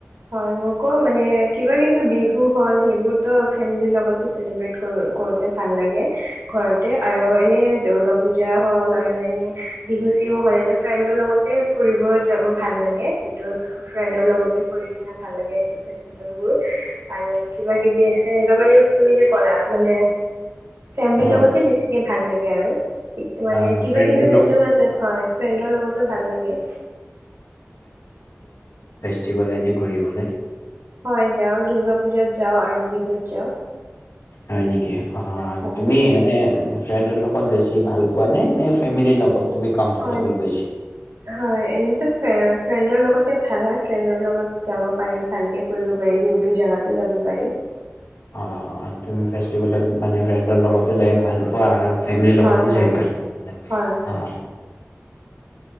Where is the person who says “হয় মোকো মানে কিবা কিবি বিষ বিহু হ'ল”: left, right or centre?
Right